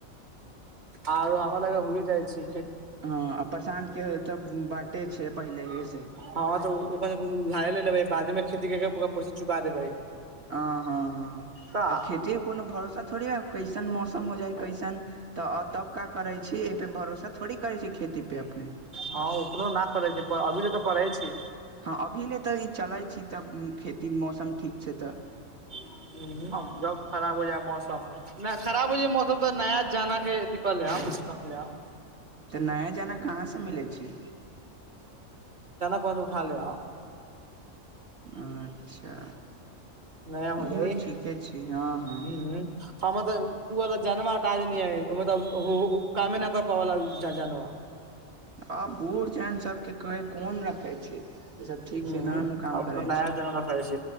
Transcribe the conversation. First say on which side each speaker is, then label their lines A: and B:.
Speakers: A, on the right; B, on the right.
A: आर हमाम लगे हुए जाइ छै
B: हँ आ प्रशांत के तऽ बाटे छै पहिले ही
A: हँ तऽ ओकरा उधारे ले लेबै बादे मे खेती कर के ओकरा पैसा चुका देबै
B: हँ हँ हँ
A: का
B: आब खेती के कोनो भरोसा थोड़ी ह कैसन मौसम हो जाइ कैसन तऽ तब का करै छी एहिपे भरोसा थोड़ी करै छै खेती पे अपने
A: हँ उतनो न करै छै अभी जे तऽ करै छी
B: हँ अभी ल तऽ ई चलै छी तऽ खेती मौसम ठीक छै तऽ
A: हूँ जब खराब हो जाय मौसम नहि खराब होइ छै मौसम तऽ नया जाना के अथी कऽ लेब रख लेब
B: तऽ नया जाना कहाँ सँ मिलै छै
A: बन्द उठा ले
B: अच्छा
A: नया हो
B: इहो
A: जाइ
B: ठीके छै हँ हँ
A: हूँ हमर तऽ ओ ओला जानवा त टाज नहि ह ओ तऽ कमे नहि कर पला जानव
B: आ बूट न सबके कह कोन रखे छी त सब ठीक
A: हूँ
B: छै न काम
A: अब
B: करै
A: नया
B: छी
A: जनवा रखै छी